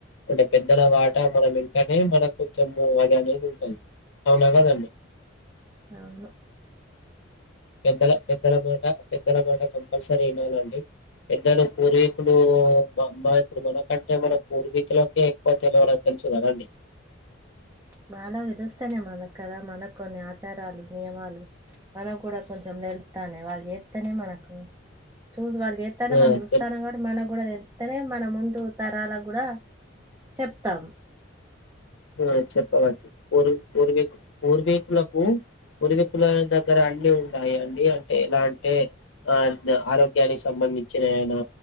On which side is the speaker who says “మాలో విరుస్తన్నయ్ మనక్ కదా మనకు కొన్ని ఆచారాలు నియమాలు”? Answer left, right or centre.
Right